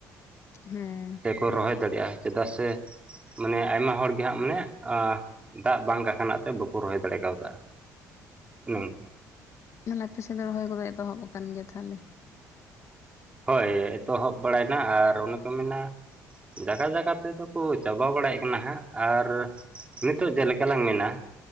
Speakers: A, on the left; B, on the right.
A: ᱦᱮᱸ
B: ᱛᱮᱠᱚ ᱨᱚᱦᱚᱭ ᱫᱟᱲᱮᱭᱟᱜᱼᱟ ᱪᱮᱫᱟᱜ ᱥᱮ ᱢᱟᱱᱮ ᱟᱭᱢᱟ ᱦᱚᱲᱜᱮ ᱦᱟᱸᱜ ᱢᱟᱱᱮ ᱫᱟᱜ ᱵᱟᱝᱠᱷᱱᱟᱜ ᱛᱮ ᱵᱟᱠᱚ ᱨᱚᱦᱚᱭ ᱫᱟᱲᱮ ᱠᱟᱣᱫᱟ ᱱᱚᱝᱠᱟ
A: <unintelligible> ᱟᱯᱮᱥᱮᱫ ᱫᱚ ᱨᱚᱦᱚᱭ ᱠᱚᱫᱚ ᱮᱛᱚᱦᱚᱵᱽ ᱠᱟᱱ ᱜᱮᱭᱟ ᱛᱟᱦᱞᱮ
B: ᱦᱳᱭ ᱮᱛᱚᱦᱚᱵ ᱵᱟᱲᱟᱭᱮᱱᱟ ᱟᱨ ᱚᱱᱮ ᱠᱚ ᱢᱮᱱᱟ ᱡᱟᱜᱟ ᱡᱟᱜᱟ ᱛᱮᱫᱚ ᱠᱚ ᱪᱟᱵᱟ ᱵᱟᱲᱟᱭᱮᱫ ᱠᱟᱱᱟ ᱦᱟᱸᱜ ᱟᱨ ᱱᱤᱛᱚᱜ ᱡᱮᱞᱮᱠᱟᱞᱟᱝ ᱢᱮᱱᱟ